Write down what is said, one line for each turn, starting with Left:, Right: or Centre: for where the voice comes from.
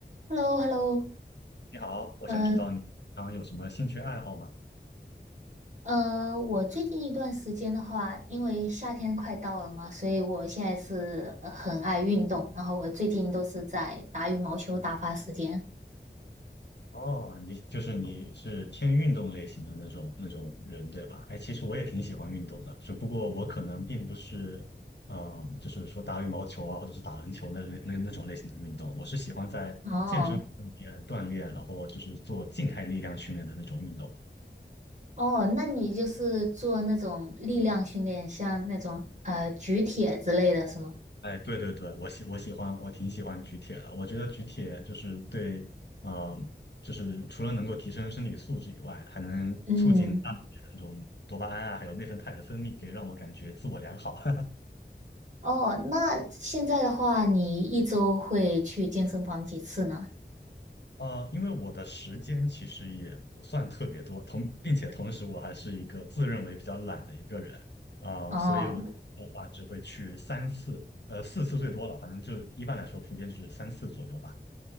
Right: Hello，Hello，
Left: 你好，我想知道你平常有什么兴趣爱好吗？
Right: 嗯呃，我最近一段时间的话，因为夏天快到了嘛，所以我现在是很爱运动，然后我最近都是在打羽毛球打发时间。
Left: 哦，你就是你是偏运动类型的那种那种人，对吧？哎，其实我也挺喜欢运动的，只不过我可能并不是，嗯，就是说打羽毛球啊，或者是打篮球那类那那种类型的运动。我是喜欢在健身房里面锻炼，
Right: 哦
Left: 然后就是做静态力量训练的那种运动。
Right: 哦，那你就是做那种力量训练，像那种呃举铁之类的是吗？
Left: 哎，对对对，我喜我喜欢，我挺喜欢举铁的。我觉得举铁就是对，嗯、就是除了能够提升身体素质以外，还能促进大脑的那种多巴胺啊，
Right: 嗯，
Left: 还有内啡肽的分泌，可以让我感觉自我良好。<laughs>
Right: 哦，那现在的话，你一周会去健身房几次呢？
Left: 呃，因为我的时间其实也不算特别多，同并且同时我还是一个自认为比较懒的一个人啊、
Right: 哦。
Left: 所以我的话只会去三次，呃，四次最多了，反正就一般来说普遍就是三次左右吧。